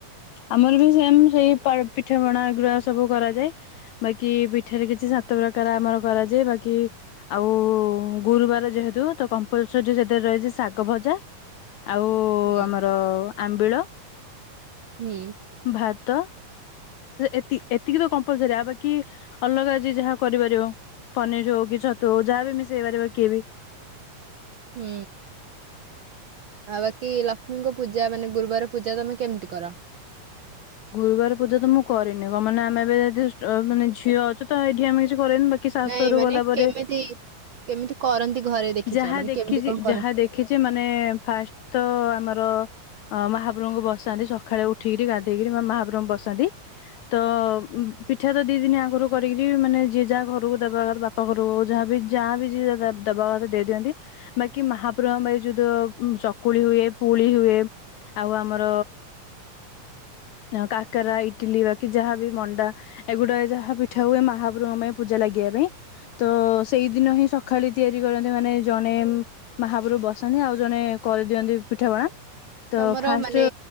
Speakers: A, on the left; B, on the right.
A: ଆମର ବି ସେମ ସେଇ ପିଠାପଣା ଏଗୁରା ସବୁ କରାଯାଏ ବାକି ପିଠାରେ କିଛି ସାତ ପ୍ରକାର ଆମର କରାଯାଏ ବାକି ଆଉ ଗୁରୁବାର ଯେହେତୁ ତ କମ୍ପଲସରୀ ସେଥିରେ ରହିଛି ଶାଗ ଭଜା ଆଉ
B: ହୁଁ।
A: ଆମର ଆମ୍ବିଳ
B: ହୁଁ।
A: ଭାତ ଏତିକି ତ କମ୍ପଲସରି ଆଉ ବା କିି ଅଲଗା ଯ ଯାହା କରିପାରିବ ପନିର ହଉ କି ଛତୁ ହଉ ଯାହାବ ମିଶେଇ ପାରିବ କିଏ ବି
B: ହୁଁ ଆଉ ବାକି ଲକ୍ଷ୍ମୀଙ୍କ ପୂଜା ମାନେ ଗୁରୁବାର ପୂଜା ତମେ କେମିତି କର?
A: ଗୁରୁବାର ପୂଜା ତ ମୁଁ କରିନି କ ମାନେ ଆମେ ଏବେ ଯଦି ମାନେ ଝିଅ ଅଛୁ ତ ଏଇଠି ଆମେ କିଛି କରେନି ବାକି ଶାସୁ
B: ନାଇଁ
A: ଘରକୁ
B: ମାନେ
A: ଗଲା ପରେ
B: କେମିତି କେମିତି କରନ୍ତି ଘରେ ଦେଖିଛ
A: ଯାହା
B: ମାନେ
A: ଦେଖଛି
B: କେମିତି କଣ କରନ୍ତି?
A: ଯାହା ଦେଖିଛି ମାନେ ଫାଷ୍ଟ ତ ଆମର ଅ ମହାପ୍ରଭୁଙ୍କୁ ବସନ୍ତି ସକାଳେ ଉଠିକିରି ଗାଧ ଦେଇକରି ମହାପ୍ରଭୁ ବସନ୍ତି। ତ ପିଠା ତ ଦି ଦିନ ଆଗରୁ କରିକିରି ମାନେ ଯିଏ ଯାହା ଘରକୁ ଦେବା କଥା ବାପା ଘରକୁ ଯାହାବ ଯାହା ବି ଯଏ ଦେବା କଥା ଦେଇ ଦିଅନ୍ତି। ବାକି ମହାପ୍ରଭୁ ଭାଇ ଯୋଉଦ ଚକୁଳି ହୁଏ ପୁଳି ହୁଏ ଆଉ ଆମର କାକରା, ଇଟିଲି ବାକି ଯାହାବ ମଣ୍ଡା ଏଗୁଡା ଯାହା ପିଠା ହୁଏ ମହାପୁରୁଙ୍କ ପାଇଁ ପୂଜା ଲାଗିବା ପାଇଁ ତ ସେଇଦିନ ହିଁ ସକାଳେ ତିଆରି କରନ୍ତି ମାନେ ଜଣେ ମହାପୁରୁ ବସନ୍ତି ଆଉ ଜଣେ କରିଦିଅନ୍ତି ପିଠାପଣା ତ
B: ତମର
A: ଫାଷ୍ଟ
B: ମାନେ